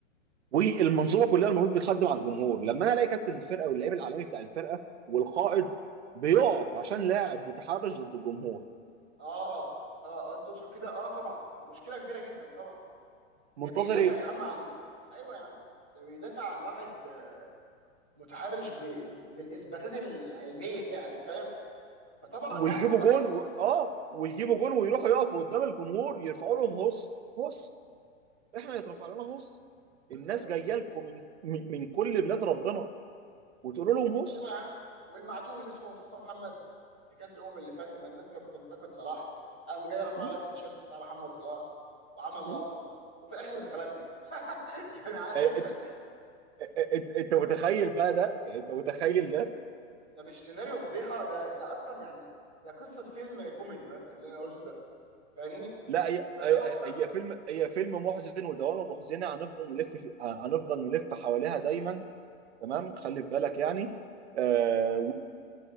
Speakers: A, on the right; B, in the centre.
A: والمنظومه
B: مم.
A: كلها المفروض بتخدم على الجمهور لما انا الاقي كابتن الفرقه واللاعب العالمي بتاع الفرقه والقائد بيقف عشان لاعب متحرش ضد الجمهور
B: اه اه آه، انت تقصد كده اه طبعا مشكله كبيره جدا طبعا
A: منتظر
B: ده بيدافع
A: ايه
B: يا عم عن ايوه يا عم ده بيدافع عن واحد آه، متحرش ب... بالاثباتات العلميه <laughs> يعني فاهم فطبعا
A: ويجيبوا
B: لا الواحد
A: جون و...
B: اصلا
A: اه ويجيبوا جون ويروحوا يقفوا قدام الجمهور يرفعوا لهم هص هص
B: بالظبط
A: احنا يترفع لنا هص
B: بالظبط
A: الناس جايه لكم من... من من كل بلاد ربنا وتقولوا لهم هص
B: ايوه يا عم والمعتوه اللي اسمه مصطفى محمد في كاس الامم اللي فات لما الناس كانت بتنتقد صلاح قام جاي رافع
A: م?
B: لك التيشيرت بتاع محمد صلاح وعمل
A: م?
B: لقطه وفي الاخر اتغلبنا <laughs> يعني عارف
A: آه،
B: انت
A: انت
B: ال-
A: آه، آه، انت أنت متخيل بقى ده يعني انت متخيل ده
B: ده مش سيناريو فضيحه ده ده اصلا يعني ده قصه فيلم كوميدي مثلا اللي انا قلته ده فاهمني
A: لا هي
B: فاللي
A: هي
B: هو بص-
A: هي فيلم هي فيلم محزن ودوامه محزنه هنفضل نلف في... هنفضل نلف حواليها دايما تمام خلي في بالك يعني آه